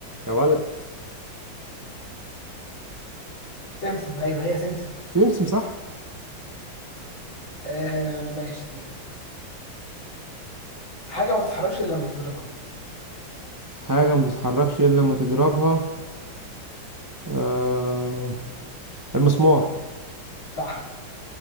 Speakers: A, on the right; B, on the left.
A: يا ولد
B: سمسم ايوه هي سمسم
A: سمسم صح
B: آه ماشي حاجة ما بتتحركش الا لما تضربها
A: حاجة ما بتتحركش إلا لما تضربها آه... المسمار
B: صح